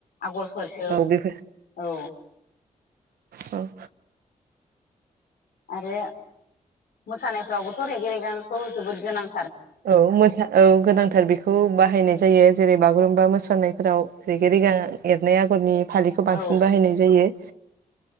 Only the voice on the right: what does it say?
औ बेफोर
औ
औ मोसा औ गोनांथार बेखौ बाहायनाय जायो जेरै बागुरुम्बा मोसौ सानायफोराव रेगे रेगां एरनाय आगरनि फालिखौ बांसिन
बाहायनाय जायो